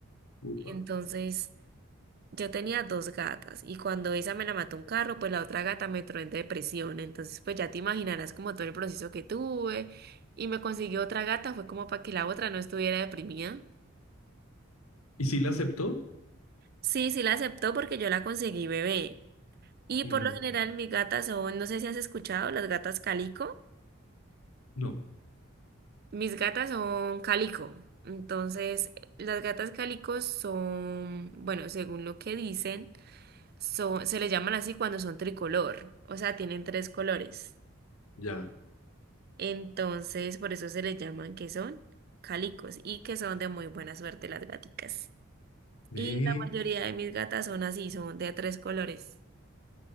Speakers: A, on the left (about 85°); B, on the right (about 45°).
A: Upa.
B: Entonces, yo tenía dos gatas y cuando esa me la mató un carro, pues la otra gata me entró en depresión. Entonces, pues ya te imaginarás como todo el proceso que tuve y me consiguió otra gata, fue como para que la otra no estuviera deprimida.
A: ¿Y si la aceptó?
B: Sí, sí la aceptó porque yo la conseguí bebé. Y
A: Mm,
B: por lo general mis gatas son, no sé si has escuchado, las gatas calico.
A: no,
B: Mis gatas son calico. Entonces, las gatas calicos son, bueno, según lo que dicen, son, se les llaman así cuando son tricolor, o sea, tienen tres colores.
A: ya.
B: Entonces, por eso se les llaman que son calicos y que son de muy buena suerte las gaticas.
A: Ve,
B: Y la mayoría de mis gatas son así, son de tres colores.